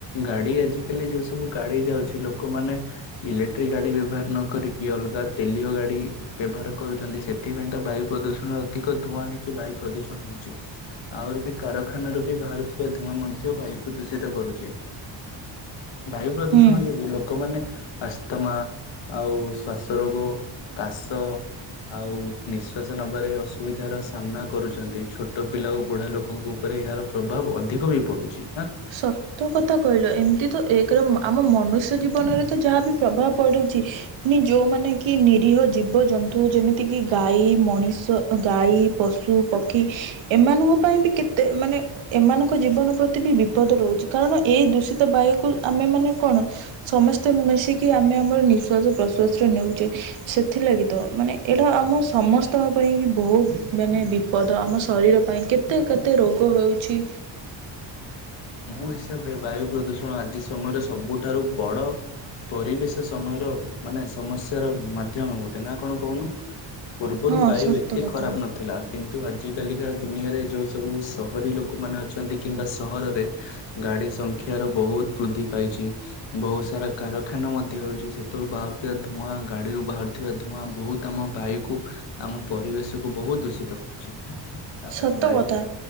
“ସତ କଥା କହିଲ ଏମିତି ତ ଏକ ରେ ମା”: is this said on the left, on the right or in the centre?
Right